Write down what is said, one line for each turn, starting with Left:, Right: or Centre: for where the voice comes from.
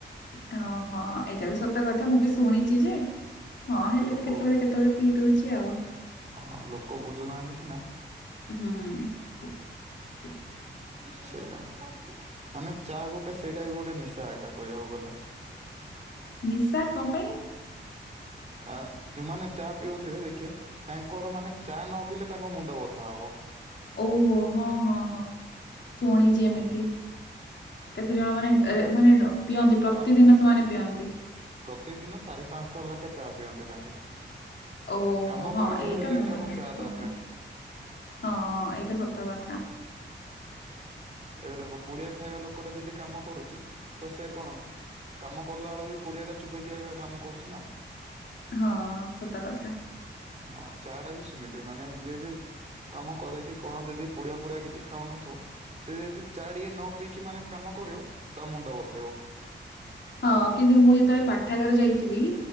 Left: ହଁ ହଁ ଏଇଟା ବି ସତ କଥା ମୁଁ ବି ଶୁଣିଛି ଯେ ହଁ ହେଲେ
Right: ଲୋକ
Left: ବି କେତେବେଳେ କେତେବେଳେ? ପିଇ ଦଉଚି ଆଉ।
Right: ହଁ ଲୋକ ବୁଝୁନାହାନ୍ତି ସିନା?
Left: ହୁଁ।
Right: ସେୟା। ମାନେ ଚା ଗୋଟେ ସେଇଟା ବି ଗୋଟେ ନିଶା ଏକା କହିବାକୁ ଗଲେ।
Left: ନିଶା କଣ ପାଇଁ?
Right: ଆ ଯୋଉଁମାନେ ଚା ପିଉଥିବେ ଦେଖିବେ। ତାଙ୍କର ମାନେ ଚା ନ ପିଇଲେ ତାଙ୍କ ମୁଣ୍ଡ ବଥା ହବ।
Left: ଓହୋ ହଁ ହଁ ହଁ ଶୁଣିଚି ଏମିତି।
Right: ହଁ
Left: କେତେ
Right: ବାସ୍
Left: ଜଣ ମାନେ ମାନେ ପିଅନ୍ତି ପ୍ରତିଦିନ
Right: କାମ
Left: ସେମାନେ ପିଅନ୍ତି।
Right: ପ୍ରତିଦିନ ଚାରି, ପାଞ୍ଚ ଥର ଲେଖେ ଚା ପିଅନ୍ତି ତାଙ୍କେ।
Left: ଓହୋ
Right: କାମ
Left: ହଁ
Right: କରୁଥିବେ
Left: ଏଇଟା
Right: ହେଲେ ବି
Left: ଭଲ
Right: ତାଙ୍କୁ
Left: ନୁହେଁ
Right: ଚା ଦରକାର।
Left: ହଁ ଏଇଟା ସତ କଥା।
Right: ଏବେ ଦେଖ ପୁଡ଼ିଆ ଖାଇବା ଲୋକଟା ଯଦି କାମ କରୁଚି ତ ସେ କଣ କାମ କଲା ବେଳୁ ବି। ପୁଡିଆ ଟା ଚିବାଏକି କାମ କରୁଚି ନା।
Left: ହଁ ସତ କଥା।
Right: ହଁ ଚା ଟା ବି ସେମିତି ମାନେ ଯିଏ ବି। କାମ କରେ କି କଣ ଯଦି ପୁଡିଆ ଫୁଡିଆ କିଛି ଖାଉନଥିବ ସେ ଯଦି ଚା ଟିକିଏ ନ ପିଇକି ମାନେ କାମ କରିବ ତା ମୁଣ୍ଡ ବଥେଇବ।
Left: ହଁ କିନ୍ତୁ ମୁଁ ଯେତେବେଳେ ପାଠାଗାର ଯାଇଥିବି